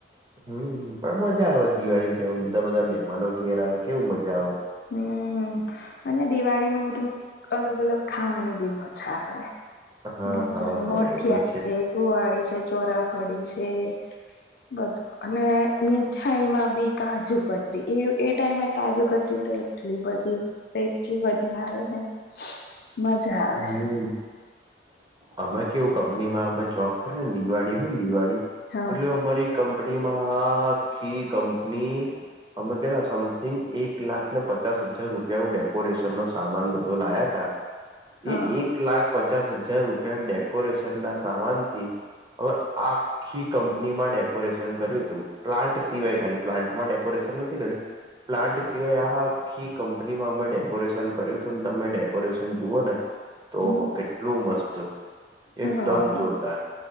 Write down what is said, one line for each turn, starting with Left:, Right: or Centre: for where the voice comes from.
Right: હમ્મ પણ મજા આવે દિવાળી ને ત બધા બધા મહેમાનો ઘેર આવ કેવું મજા આવે. <inaudible>
Left: હમ અને દિવાળીમાં બધું અલગ અલગ ખાવાની ભી મજા આવે.
Right: હા
Left: હ
Right: હા
Left: જાણ
Right: હા
Left: મોઠિયા
Right: એ તો
Left: છે, કુવાળી છે, ચોરાફળી છે. બધું અને મીઠાઈમાં ભી કાજુ કતરી એ એ ટાઈમે કાજુ ત્રી તો એટલી બધી એટલી બધી આવે ને. મજા આવે
Right: હમ. અમે કેવું કંપનીમાં અ જોબ કર ને દિવાળી હોય ને દિવાળી,
Left: હા
Right: એટલે અમારી કંપનીમાં હા આખી કંપની. અમે કેલા સમથિંગ એક લાખ ને પચાસ હજાર રૂપિયા નું ડેકોરેશન નો સામાન બધો લાયા તા.
Left: હા
Right: એ એક લાખ પચાસ હજાર રૂપિયા ડેકોરેશન ના સામાનથી. હવે આ આી કંપનીમાં ડેકોરેશન કર્યું હતું પ્લાન્ટ સિવાય ખાલી પ્લાન્ટમાં ડેકોરેશન નથી કર્યું. પ્લાન્ટ સિવાય આ આખી કંપનીમાં અમે ડેકોરેશન કર્યું હતું ને તમે ડેકોરેશન જુઓ ને. તોહ
Left: હમ,
Right: કેટલું મસ્ત.
Left: હા,
Right: એકદમ જોરદાર